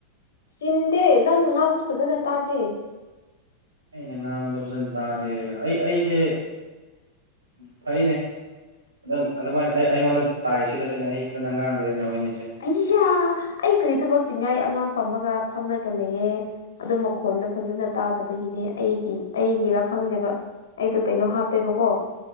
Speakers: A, on the left; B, on the right.
A: ꯆꯤꯟꯗꯦ ꯅꯪ ꯉꯥꯗ ꯐꯖꯅ ꯇꯥꯗꯦ
B: ꯑꯩꯅ ꯉꯥꯡꯕꯗ ꯐꯖꯅ ꯇꯥꯗꯦ ꯑꯩ ꯑꯩꯁꯦ ꯎꯝ ꯐꯩꯅꯦ ꯑꯗꯨ ꯑꯗꯨꯃꯥꯏꯅ ꯑꯩ ꯑꯩꯉꯣꯟꯗ ꯇꯥꯏ ꯁꯤꯜꯂꯁꯤꯅꯦ ꯑꯩ ꯐꯖꯅ ꯉꯥꯡꯗ꯭ꯔꯦꯅꯦ ꯍꯣꯏꯅꯤꯁ
A: ꯑꯩꯌꯥ ꯑꯩ ꯀꯔꯤ ꯊꯕꯛ ꯆꯤꯡꯉꯏ ꯑꯉꯥꯡꯝꯃ ꯐꯝꯒ ꯂꯩꯑ ꯑꯗꯨ ꯃꯈꯣꯟꯗꯣ ꯐꯖꯅ ꯇꯥꯗꯕꯒꯤꯅꯦ ꯑꯩꯒꯤ ꯑꯩꯒꯤ ꯔ ꯈꯪꯗꯦꯕ ꯑꯩꯗꯣ ꯀꯩꯅꯣ ꯍꯥꯞꯄꯦꯕꯀꯣ